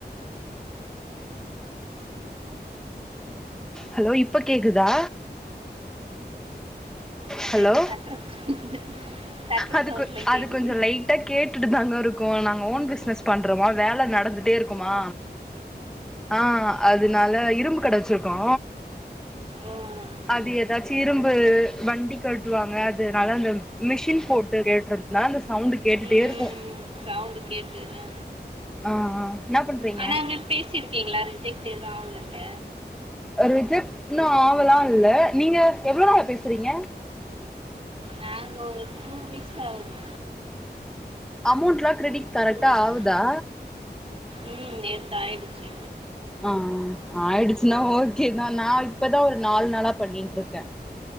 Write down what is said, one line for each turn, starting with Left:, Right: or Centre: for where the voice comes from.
Centre: ஹலோ இப்ப கேக்குதா
Right: இப்ப
Centre: ஹலோ
Right: எதோ தட்டுற சவுண்டு தட்டுற
Centre: அதுக்கு
Right: சவுண்ட்லாம்
Centre: அது
Right: கேக்குது
Centre: கொஞ்சோ லைட் டா கேட்டுட்டு தாங்க இருக்கோ நாங்க ஓன் பிஸ் னஸ் பண்றோமா வேல நடந்துட்டே இருக்குமா ஆ அதுனால இரும்பு கட வச்ருகோ
Right: ஓ ம்
Centre: அது எதாச்சு இரும்பு வண்டி கட்டுவாங்க அதுனால அந்த மிஷின் போட்டு கேட்டத்னால சவுண்டு கேட்டுட்டே
Right: ம்
Centre: இருக்கு
Right: ம் சவுண்டு கேட்டுதா
Centre: ஆ ஆ என்ன பண்றீங்க
Right: ஆனா அதுமாரி பேசிருக்கீங்ளா ரிஜெக்ட் எது ஆவுலல்ல
Centre: ரிஜெக்ட்ன்னு ஆவலா இல்ல நீங்க எவ்ளோ நாளா பேசுறீங்க
Right: நாங்க ஒரு டூ வீக்ஸ் ஆவுது
Centre: அமௌண்ட்லா கிரிடிட் கரெக்டா
Right: வீக்ஸ்
Centre: ஆவுதா
Right: ம் நேத்து ஆயிடுச்சு
Centre: ஆ ஆயிடுச்சுன்னா ஓகேதா நா இப்பதா ஒரு நாலு நாளா பண்ணிட்டு இருக்கே